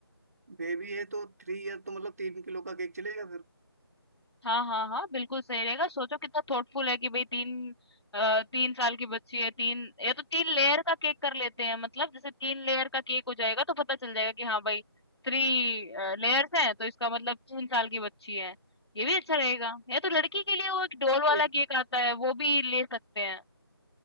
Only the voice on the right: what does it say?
बेबी है तो थ्री ईयर तो मतलब तीन किलो का केक चलेगा फिर
हाँ
ये-